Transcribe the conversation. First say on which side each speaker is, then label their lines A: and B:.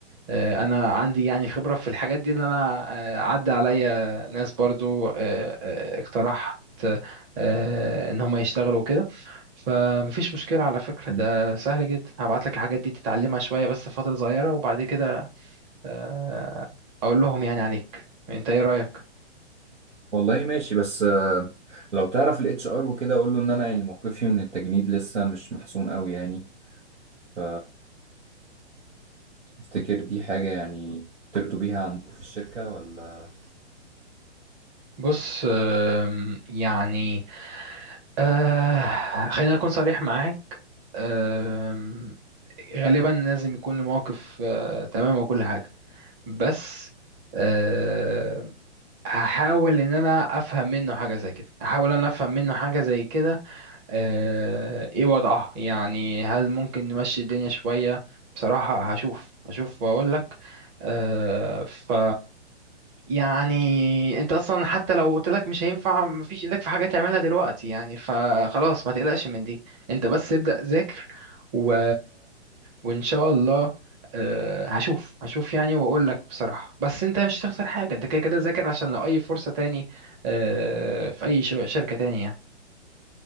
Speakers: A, on the right (about 25°); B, on the right (about 85°).
A: آه، انا عندي يعني خبره في الحاجات دي ان انا آه، عدى عليا ناس برضو آه، آه، اقترحت آه، ان هم يشتغلوا كده فمفيش مشكله على فكره
B: مم.
A: ده سهل جدا هبعت لك الحاجات دي تتعلمها شويه بس فتره صغيره وبعد كده آه، اقول لهم يعني عليك انت ايه رايك
B: والله ماشي بس آه، لو تعرف الاتش ار وكده اقول له ان انا يعني موقفي من التجنيد لسه مش محسوم قوي يعني ف افتكر دي حاجه يعني ترضوا بيها عندكم في الشركه ولا
A: بص آم، يعني آه، خلينا اكون صريح معاك آم، غالبا لازم يكون الموقف آه، تمام وكل حاجه بس أه هحاول ان انا افهم منه حاجه زي كده هحاول ان انا افهم منه حاجه زي كده أه ايه وضعها يعني هل ممكن نمشي الدنيا شويه بصراحه هشوف هشوف واقول لك أه ف يعني انت اصلا حتى لو قلت لك مش هينفع مفيش ايدك في حاجه تعملها دلوقتي يعني فخلاص ما تقلقش من دي انت بس ابدأ ذاكر و... وان شاء الله آه، هشوف هشوف يعني واقول لك بصراحه بس انت مش هتخسر حاجه انت كده كده ذاكر عشان لو اي فرصه تاني آه، في اي شو- شركه تانية يعني